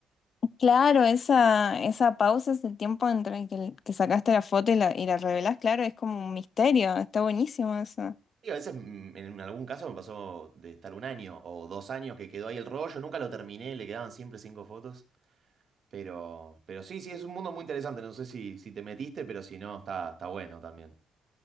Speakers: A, on the left; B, on the right.
A: Claro, esa, esa pausa, ese tiempo entre el que, que sacaste la foto y la, y la revelás, claro, es como un misterio, está buenísimo eso.
B: Sí, a veces mm, en algún caso me pasó de estar un año o dos años que quedó ahí el rollo, nunca lo terminé, le quedaban siempre cinco fotos, pero, pero sí, sí, es un mundo muy interesante, no sé si, si te metiste, pero si no, está, está bueno también.